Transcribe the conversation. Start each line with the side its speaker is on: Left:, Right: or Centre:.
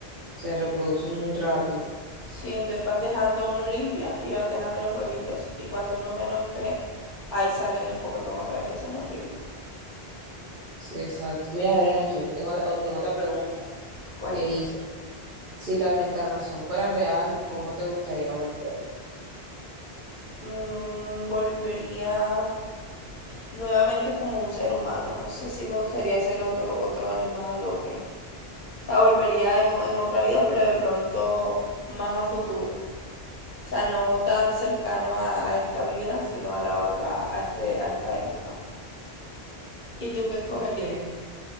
Right: se reproduce muy rápido.
Left: Sí, entonces van dejando uno limpia y van dejando los huevitos. Y cuando uno menos cree, ahí sale en el pocotón otra vez. Eso es horrible.
Right: Sí, exacto. Mira, Verena, aquí yo tengo, o tengo otra pregunta
Left: Cuéntame.
Right: que dice. Si la reencarnación fuera real, ¿cómo te gustaría volver?
Left: Mm, volvería nuevamente como un ser humano. No sé si me gustaría ser otro, otro animal o qué. O sea, volvería en, en otra vida, pero de pronto más a futuro. O sea, no tan cercano a, a esta vida, sino a la otra, a, este, a esta época. ¿Y tú qué escogerías?
Right: Ok.